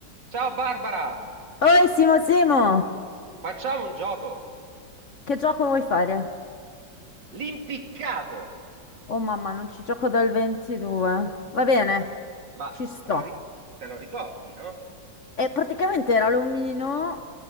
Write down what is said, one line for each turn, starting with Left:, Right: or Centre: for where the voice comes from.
Right: Ciao Barbara,
Left: Oi Simo Simo,
Right: facciamo un gioco.
Left: che gioco vuoi fare?
Right: L'impiccato.
Left: Oh mamma, non ci gioco dal 22. Va bene,
Right: Ma
Left: ci sto.
Right: te lo, ri- te lo ricordi, no?
Left: E praticamente era l'omino,